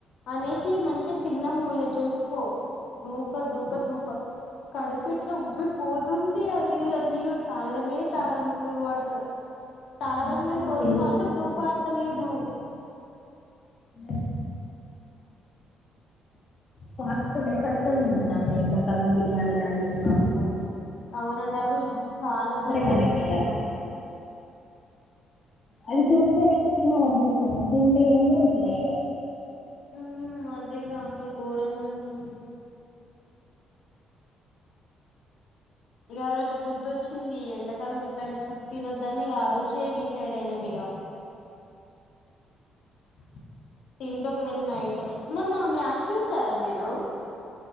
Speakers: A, on the left (about 70°); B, on the left (about 45°).
A: అనేసి మంచిగా తిన్నాము, ఇయ చూసుకో దూప దూప దూప కడుపిట్లో ఉబ్బిపోతుంది అది నీళ్ళు తాగడమే తాగడం కూల్ వాటర్ తాగడం
B: ఎండాకాలం
A: కాని నోట్లు
B: తినొద్దండి
A: మాత్రం దూపడతలేదు
B: <unintelligible> ఫస్డ్ అయితే కష్టలు తినద్దాండి ఎండాకాలం బిర్యానీ లా అండి మామూ
A: అవునండి ఆ రోజు చాలా బుద్ధి
B: మనకి
A: తెచ్చుకున్నాం
B: ఇగ అది చూస్తేనేమో తినలనిపిస్తాది తింటే ఏను ఇట్ల ఈగ
A: ఉ అదేగా అసలు ఘోరంగా ఉందండి ఇక ఆ రోజు బుద్ధొచ్చింది ఎండకాలం ఇట్లాంటి ఫుడ్ తినొద్దనిక, ఆ రోజే డిసైడ్ అయినాం ఇక
B: అ
A: తింట ఒకవేళ నైట్ మొన్న మ్యాచ్ చూసారా మీరు